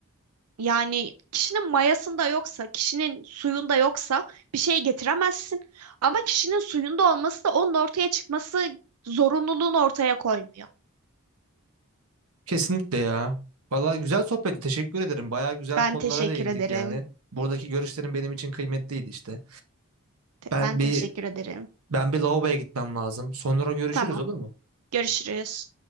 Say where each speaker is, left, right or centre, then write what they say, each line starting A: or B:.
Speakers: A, on the right; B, on the right.
A: Yani kişinin mayasında yoksa, kişinin suyunda yoksa bir şey getiremezsin. Ama kişinin suyunda olması da onun ortaya çıkması zorunluluğunu ortaya koymuyor.
B: Kesinlikle ya. Vallahi güzel sohbetti. Teşekkür ederim. Bayağı güzel
A: Ben
B: konulara
A: teşekkür
B: değindik
A: ederim.
B: yani. Buradaki görüşlerin benim için kıymetliydi işte.
A: Te-
B: Ben
A: Ben teşekkür
B: bir
A: ederim.
B: ben bir lavaboya gitmem lazım. Sonra görüşürüz
A: Tamam.
B: olur mu?
A: Görüşürüz.